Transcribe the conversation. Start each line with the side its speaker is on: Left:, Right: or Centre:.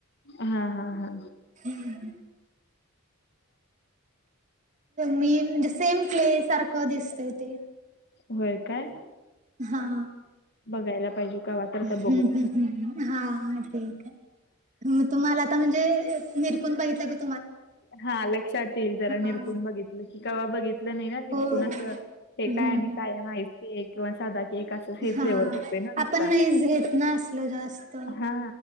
Left: हा हा हा हा
Right: हं. मी म्हणजे सेम क्ले सारखं दिसतय ते.
Left: व्हय काय?
Right: हा.
Left: बघायला पाहिजे. कवा तर आता
Right: हम्
Left: बघू
Right: हम्. हा. ठीक आहे. तुम्हाला आता म्हणजे निरखून बघितलं की -
Left: हा. लक्षात येईल. जरा
Right: हा
Left: निरखुन बघितलं कि. कवा बघितलं नाही ना निरकुन
Right: हो
Left: असं. ते
Right: हम्म
Left: काय आम्ही कायम <unintelligible> किंवा सदा- एक असं हे
Right: हा
Left: फ्लेवर बघतेय ना नुसता.
Right: आपण नाहीच घेत ना असलं जास्त
Left: हा.